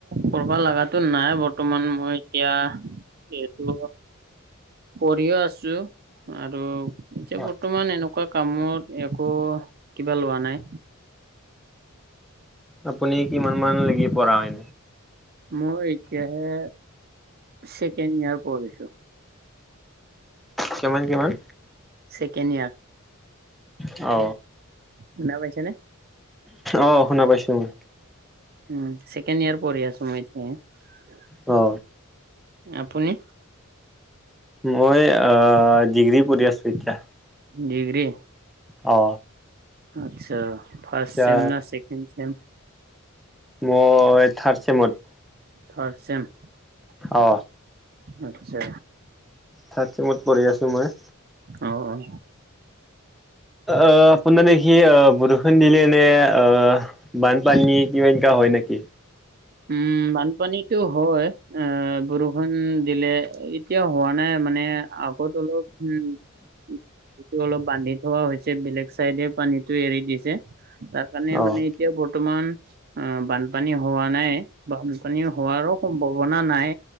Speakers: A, on the right; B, in the centre.
A: কৰবা লগাতো নাই বৰ্তমান মই এতিয়া এইটো পঢ়িও আছো। আৰু এতিয়া
B: অ
A: বৰ্তমান এনেকুৱা কামত একো কিবা লোৱা নাই।
B: আপুনি কিমান মান লৈকে পঢ়া হয়?
A: মই এতিয়াহে ছেকেণ্ড ইয়াৰ পঢ়িছো।
B: কিমান কিমান?
A: Second year.
B: অ।
A: শুনা পাইছে নে?
B: অঁ শুনা পাইছোঁ মই।
A: উম ছেকেণ্ড ইয়াৰ পঢ়ি আছো মই এতিয়া।
B: অ।
A: আপুনি?
B: মই আ ডিগ্ৰী পঢ়ি আছো এতিয়া।
A: ডিগ্ৰী?
B: অ।
A: আচ্ছা, ফাৰ্ষ্ট
B: এতিয়া
A: চেম না ছেকেণ্ড চেম?
B: মই থাৰ্ড ছেমত।
A: Third sem?
B: অ।
A: আচ্ছা।
B: থাৰ্ড চেমত পঢ়ি আছোঁ মই।
A: অঁ অঁ।
B: অ আপোনা নে কি অ বুৰু ষূণ দিলে এনে অ বানপানী কিবা এনকা হয় নেকি?
A: উম বানপানীটো হয়, আহ বৰষুণ দিলে এই এতিয়া হোৱা নাই মানে আগত অলপ উম্ সেইটো অলপ বান্ধি থোৱা হৈছে, বেলেগ চাইডে পানীটো এৰি দিছে। তাৰ কাৰণে
B: অ'
A: মানে এতিয়া বৰ্তমান অ বানপানী হোৱা নাই। বানপানী হোৱাৰো সম্ভাৱনা নাই।